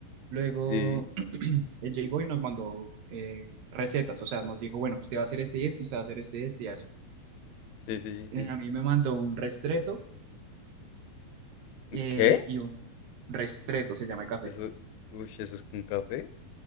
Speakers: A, on the right; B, on the left.
A: luego
B: Sí,
A: Él llegó y nos mandó eh, recetas, o sea, nos dijo, bueno, usted va a hacer este y este, usted va a hacer este y este y así.
B: sí, sí,
A: Eh,
B: sí.
A: A mí me mandó un restreto eh,
B: ¿Qué?
A: y un restreto, se llama el café.
B: Eso, uy, ¿eso es un café?